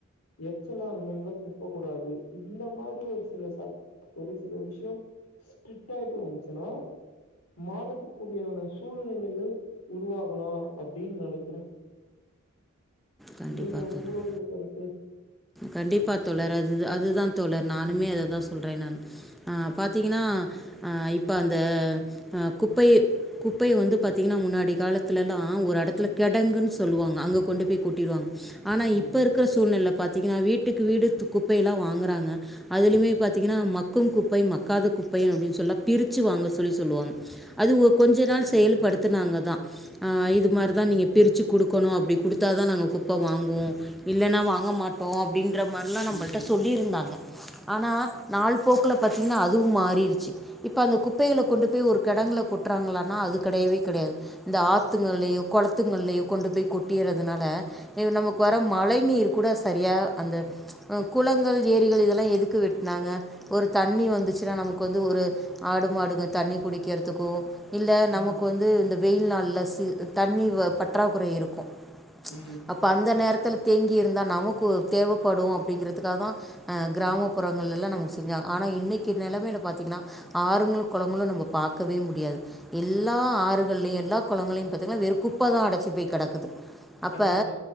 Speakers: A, on the left; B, in the centre.
A: எச்சலா அங்கங்க துப்பக்க கூடாது இந்த மாதிரி ஒரு சில சட் ஒரு சில விஷய ஸ்ட்ரிக்ட் ஆயிட்டு வந்ச்சுன்னா மார்ரத்துக்கூடியன சூழ்நிலைகள் உருவாகலா அப்படின்னு நெனைக்கிறே
B: கண்டிப்பா
A: நீங்க
B: தோழர்
A: உங்களுடைய கருத்து
B: கண்டிப்பா தோழர் அது அதுதா தோழர் நானுமே அததா சொ சொல்றே நா ஆஹ் பாத்தீங்கன்னா ஆஹ் இப்போ அந்த குப்பை குப்பை வந்து பாத்தீங்கன்னா முன்னாடி காலத்துலல்லா ஒரு எடத்துல கெடங்குன்னு சொல்லுவாங்க அங்க கொண்டு போய் கொட்டிருவாங்க ஆனா
A: ம்
B: இப்ப இருக்கிற சூழ்நில பாத் த்துக்கி வீட்டுக்கு வீடு து குப்பைல்லா வாங்குறாங்க அதுலயுமே பாத்தீங்கன்னா மக் மக்கும் குப்பை மக்காத குப்பை அப்படின்னு சொல்ல பிரிச்சு வாங்க சொல்லி சொல்லுவாங்க அது ஓ கொஞ்ச நாள்
A: கண்டிப்பாக
B: செயல்படுத்துனாங்கதா ஆஹ் இதுப் மாரிதா
A: ம்
B: நீங்க பிரிச்சு குடுக்கணு ப்டி குடுத்தாதா நாங்க கு இப்ப வாங்குவோ இல்லைன்னா வாங்க மாட்டோ அப்டின்ற மாரிலாம் நம்மள்ட்ட
A: ம் ம்
B: சொல்லியிருந்தாங்க ஆனா நாள் போக்குல பாத்தீங்கன்னா அதுவு மாறிருச்சு இப்ப அந்த குப்பைகள கொண்டு போய் ஒரு கெடங்கள கொட் றாங்களானா அது கெடயவே கெடயாது இந்த ஆத்துங்களயோ கொளத்து த்துங்களயோ கொண்டு போய் கொட் டிறதுனால நமக்கு வர மழை நீர் கூட சரியா அந்த குளங்கள் ஏரிகள் இதெல்லா எதுக்கு வெட் நாங்க ஒரு தண்ணி வந்துச்சுன்னா நமக்கு வந்து ஒரு ஆடு மாடுங்க தண்ணி குடிக்கிறதுக்கோ இல்ல
A: ம்
B: நமக்கு வந்து இந்த வெயில்நாள்ல சி தண்ணி வ பற்றாக்குறை இருக்கு
A: ம்
B: அப்ப அந்த நேரத்துல தேங்கி இருந்தா நமக்கு தேவைப்படு அப்படிங்கருதுக்காக தா அ கிராமப்புறங்கள்லல்லா நமக்கு செஞ்சாங்க ஆனா இன்னக்கு நிலம பாத்திங்கன்னா ஆறுங்களு கொளங்களு நம்ம பாக்கவே முடியாது எல்லா ஆறுகள்லயு எல்லா கொளங்களயு பாத்திங்கன்னா வெறும் குப்ப தா அடச்சு போய் கெடக்குது அப்ப
A: கண்டிப்பா